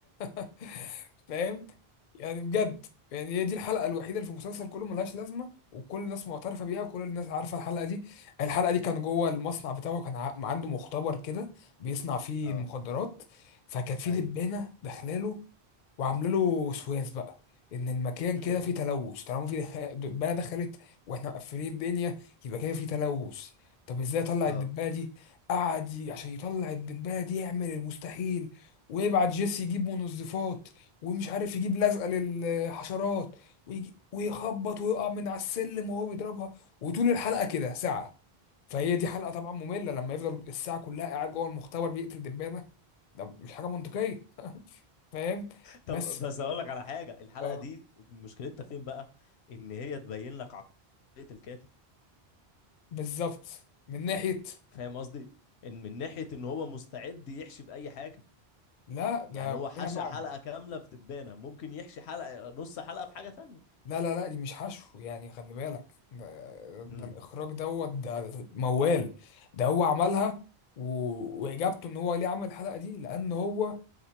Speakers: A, on the left; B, on the left.
A: <laughs> فاهم يعني بجد يعني هي دي الحلقة الوحيدة اللي في المسلسل كله ملهاش لازمة وكل الناس معترفة بيها وكل الناس عارفة الحلقة دي الحلقة دي كان جوه المصنع بتاعه كان ع- عنده مختبر كده بيصنع فيه
B: اه
A: المخدرات فكانت في
B: ايوه
A: دبانة داخلاله وعامله له وسواس بقى ان المكان
B: امم
A: كده فيه تلوث طالما في دبانه دخلت واحنا مقفلين الدنيا يبقى كده فيه تلوث طب ازاي اطلع
B: اه
A: الدبانه دي قعد ي- عشان يطلع الدبانه دي يعمل المستحيل ويبعت جيسي يجيب منظفات ومش عارف يجيب لزقه للحشرات ويجي ويخبط ويقع من على السلم وهو بيضربها وطول الحلقه كده ساعه فهي دي حلقه طبعا ممله لما يفضل الساعه كلها قاعد جوه المختبر بيقتل دبانه ده مش حاجه منطقيه فاهم بس
B: طب بس اقول لك على حاجه الحلقه
A: اه
B: دي مشكلتها فين بقى ان هي تبين لك عقليه الكاتب
A: بالظبط من ناحية
B: فاهم قصدي ان من ناحيه ان هو مستعد يحشي باي حاجه
A: لا ده
B: يعني هو حشى
A: ليها معنى
B: حلقه كامله في دبانه ممكن يحشي حلقه نص حلقه في حاجه تانية
A: لا لا لا دي مش حشو يعني خلي بالك ده, ده
B: امم
A: الإخراج دوت ده, ده موال ده هو عملها و... وإجابته إن هو ليه عمل الحلقة دي لأن هو